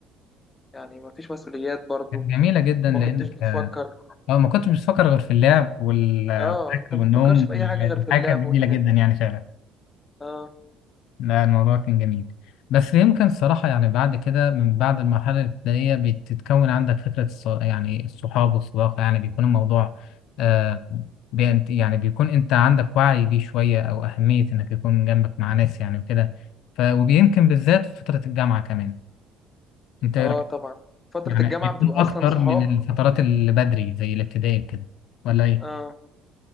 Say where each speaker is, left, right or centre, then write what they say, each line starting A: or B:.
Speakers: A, on the left; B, on the left.
A: يعني ما فيش مسؤوليات برضو
B: كانت جميله جدا
A: ما
B: لانك
A: <laughs> كنتش بتفكر
B: اه ما كنتش بفكر غير في اللعب وال-
A: اه
B: والاكل
A: أنت ما
B: والنوم
A: بتفكرش في أي حاجة غير
B: الحاجه
A: في اللعب
B: كانت جميله
A: والحاجات
B: جدا
A: دي
B: يعني فعلا
A: اه
B: لا الموضوع كان جميل بس يمكن الصراحه يعني بعد كده من بعد المرحله الابتدائيه بتتكون عندك فكره الص- يعني الصحاب والصداقه يعني بيكون الموضوع آه بي- يعني بيكون انت عندك وعي بيه شويه او اهميه انك يكون جنبك مع ناس يعني وكده ف ويمكن بالذات في فتره الجامعه كمان انت ايه
A: اه
B: رايك
A: طبعا فترة
B: يعني
A: الجامعة
B: بيكون
A: بتبقى
B: اكتر
A: أصلا صحاب
B: من الفترات اللي بدري زي الابتدائي كده ولا ايه؟
A: اه